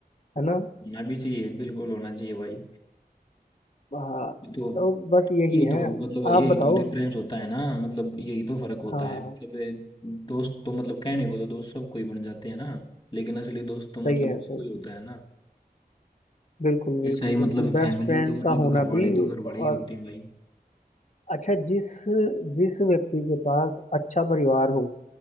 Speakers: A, on the left; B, on the left.
A: है ना
B: होना भी चाहिए बिल्कुल होना चाहिए भाई
A: हाँ
B: तो
A: तो बस यही
B: यही तो
A: है
B: मतलब यही
A: आप बताओ
B: तो डिफरेंस होता है ना मतलब यही तो फर्क होता
A: हाँ हाँ
B: है
A: हाँ,
B: मतलब ये दोस्त तो मतलब कहने को तो दोस्त सब कोई बन जाते हैं ना लेकिन असली दोस्त तो
A: सही
B: मतलब
A: है
B: कोई
A: सही
B: कोई
A: है।
B: होता है ना
A: बिल्कुल बिल्कुल
B: ऐसा ही मतलब
A: बिल्कुल बेस्ट
B: फैमिली
A: फ्रेंड
B: तो मतलब
A: का होना
B: घर वाले
A: भी
B: तो घर
A: और
B: वाले ही होते हैं भाई
A: अच्छा जिस जिस व्यक्ति के पास अच्छा परिवार हो